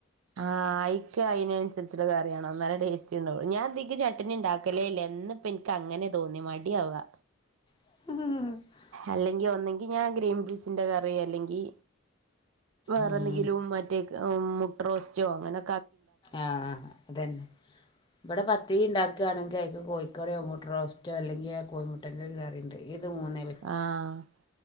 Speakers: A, on the right; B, on the left.
A: ആഹ് അയിക്ക് അയിനനുസരിച്ചുള്ള കറിവേണം എന്നാലേ ടേസ്റ്റ്ണ്ടാവുള്ളു ഞാൻക്ക് ഇതിക്ക് ചട്ണി ഉണ്ടാക്ക വെക്കലേയില്ലേ എന്നിപ്പെനിക്കങ്ങനെ തോന്നി മടിയാവാ
B: ഹ്ഹ്ഹ്ഹ്
A: അല്ലെങ്കി ഒന്നങ്കി ഞാൻ ഗ്രീൻപീസിന്റെ കറി അല്ലെങ്കി വേറെന്തെങ്കിലും
B: ഉം
A: മറ്റേ മുട്ടറോസ്റ്റോ അങ്ങനെ
B: ആഹ് അതന്നെ ഇവടെ പത്തിരിയ്ണ്ടാക്ക്ആണെങ്കി അയ്ക്ക് കോയിക്കറിയോ മുട്ടറോസ്റ്റോ അല്ലെങ്കി ആ കോയിമുട്ട ന്റൊരു കറിയ്ണ്ട് ഇത് മൂന്നേ
A: ആഹ്